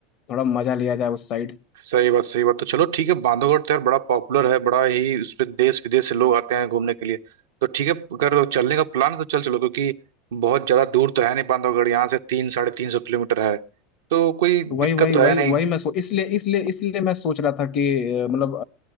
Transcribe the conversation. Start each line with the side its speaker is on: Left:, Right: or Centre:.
Left: थोड़ा मजा लिया जाए उस साइड
Right: सही बात सही बात तो चलो ठीक है बांधवगढ़ तो यार बड़ा पॉपुलर है बड़ा ही उस पे देश विदेश से लोग आते हैं घूमने के लिए तो ठीक है अगर चलने का प्लान है तो चल चलो क्योंकि बहुत ज्यादा दूर तो है नहीं बांधवगढ़ यहाँ से तीन साढ़े तीन सौ किलोमीटर है तो कोई
Left: वही
Right: दिक्कत
Left: वही
Right: तो
Left: वही
Right: है नहीं
Left: वही मैं सो इसलिए इसलिए इसलिए मैं सोच रहा था कि अ, मतलब